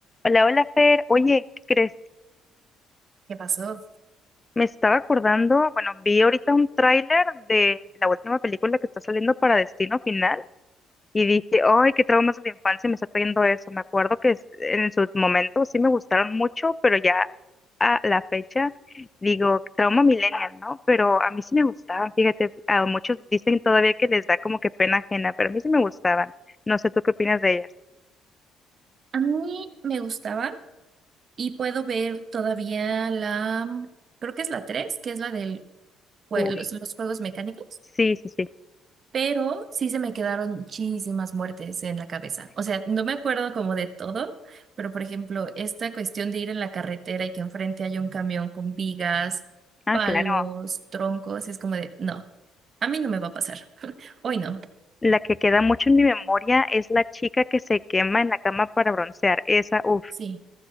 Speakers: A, on the left; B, on the right.
A: Hola, hola Fer. Oye, ¿qué crees?
B: ¿Qué pasó?
A: Me estaba acordando, bueno, vi ahorita un tráiler de la última película que está saliendo para Destino Final y dije, ay, qué traumas de la infancia me está trayendo eso. Me acuerdo que es- en sus momentos sí me gustaron mucho, pero ya a la fecha digo, trauma millennial, ¿no? Pero a mí sí me gustaban, fíjate, a muchos dicen todavía que les da como que pena ajena, pero a mí sí me gustaban. No sé, ¿tú qué opinas de ellas?
B: A mí me gustaban y puedo ver todavía la, mm, creo que es la 3 que es la del jue-
A: Uy,
B: los, los juegos mecánicos,
A: sí, sí, sí.
B: pero sí se me quedaron muchísimas muertes en la cabeza. O sea, no me acuerdo como de todo, pero por ejemplo, esta cuestión de ir en la carretera y que enfrente haya un camión con vigas,
A: Ah,
B: palos,
A: claro.
B: troncos, es como de, no, a mí no me va a pasar. Hoy no.
A: La que queda mucho en mi memoria es la chica que se quema en la cama para broncear. Esa, uff,
B: Sí,